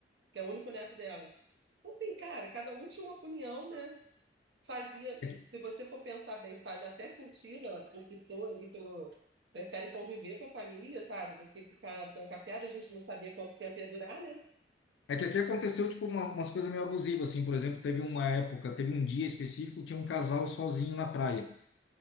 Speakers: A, on the right; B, on the left.
A: que é o único neto dela. Assim, cara, cada um tinha uma opinião, né? fazia,
B: É que,
A: se você for pensar bem, faz até sentido, ela optou ali pelo, prefere conviver com a família, sabe, do que ficar trancafiada, a gente não sabia quanto tempo ia durar, né?
B: é que aqui aconteceu, tipo, uma- umas coisas meio abusivas, assim, por exemplo, teve uma época, teve um dia específico, tinha um casal sozinho na praia.